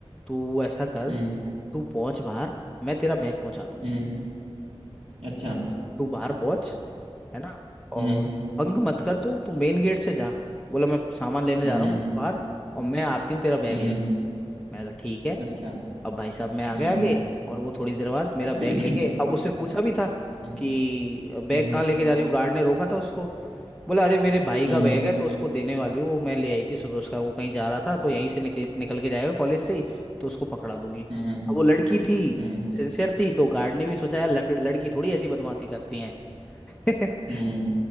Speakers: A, in the centre; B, on the right (about 65°).
A: तू ऐसा कर
B: हम्म,
A: तू पहुंच बाहर मैं तेरा बैग पहुंचा दूंगी
B: हम्म, अच्छा
A: तू बाहर पहुंच है ना और
B: हम्म,
A: बंग मत कर तू तू मेन गेट से जा बोला मैं सामान लेने
B: हम्म,
A: जा रहा हूँ कुछ बाहर और मैं आती हूँ तेरा बैग
B: हम्म,
A: लेके मैंने कहा ठीक है
B: अच्छा
A: अब भाई साहब मैं आ
B: हम्म,
A: गया आगे और वो थोड़ी देर बाद मेरा
B: <laughs>
A: बैग लेके अब उससे पूछा भी था
B: हम्म,
A: कि बैग
B: हम्म,
A: कहाँ लेके जा रही हूँ गार्ड ने रोका था उसको बोला अरे मेरे भाई
B: हम्म,
A: का बैग है तो उसको देने वाली हूँ वो मैं ले आई थी सुबह उसका वो कहीं जा रहा था तो यहीं से निकल निकल के जाएगा कॉलेज से ही तो उसको पकड़ा दूंगी
B: हम्म,
A: अब वो लड़की थी
B: हम्म,
A: सिंसियर थी तो गार्ड ने भी सोचा यार लक- लड़की थोड़ी ऐसी बदमाशी करती हैं <laughs>
B: हम्म,